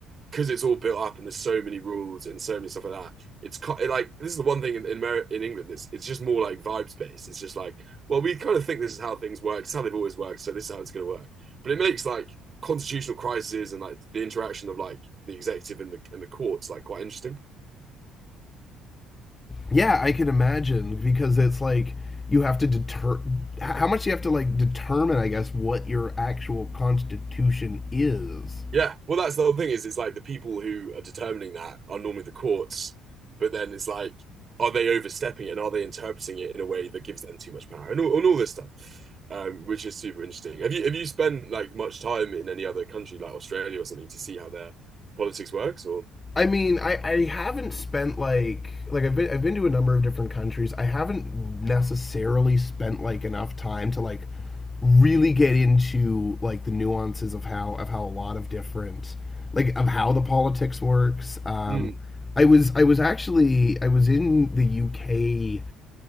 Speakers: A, on the right; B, on the left.
A: because it's all built up and there's so many rules and so many stuff like that. It's ki- like this is the one thing in in, Mer- in England that's it's just more like vibes based. It's just like, well, we kind of think this is how things work. It's how they've always worked, so this is how it's going to work. But it makes like constitutional crises and like the interaction of like the executive and the and the courts like quite interesting.
B: Yeah, I can imagine because it's like you have to deter how much you have to like determine, I guess, what your actual constitution is.
A: Yeah, well, that's the whole thing is it's like the people who are determining that are normally the courts, but then it's like, are they overstepping it and are they interpreting it in a way that gives them too much power and all, and all this stuff, um, which is super interesting. Have you have you spent like much time in any other country like Australia or something to see how their politics works or?
B: I mean, I, I haven't spent like like I've been I've been to a number of different countries. I haven't necessarily spent like enough time to like really get into like the nuances of how of how a lot of different like of how the politics works. Um,
A: Mm.
B: I was I was actually I was in the UK